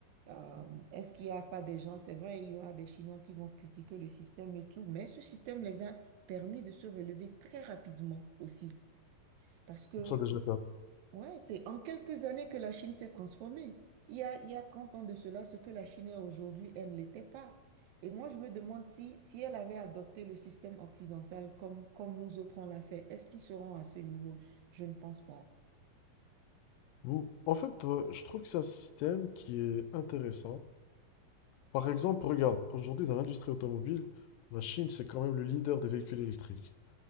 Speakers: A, on the right (about 80°); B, on the left (about 80°).
A: Euh, est-ce qu'il n'y a pas des gens, c'est vrai, il y aura des Chinois qui vont critiquer le système et tout, mais ce système les a permis de se relever très rapidement aussi. Parce que,
B: Pour ça déjà,
A: ouais, c'est en quelques années que la Chine s'est transformée. Il y a, il y a 30 ans de cela, ce que la Chine est aujourd'hui, elle ne l'était pas. Et moi, je me demande si, si elle avait adopté le système occidental comme, comme nous autres on l'a fait, est-ce qu'ils seront à ce niveau? Je ne pense pas.
B: Ou- En fait, euh, je trouve que c'est un système qui est intéressant. Par exemple, regarde, aujourd'hui dans l'industrie automobile, la Chine, c'est quand même le leader des véhicules électriques.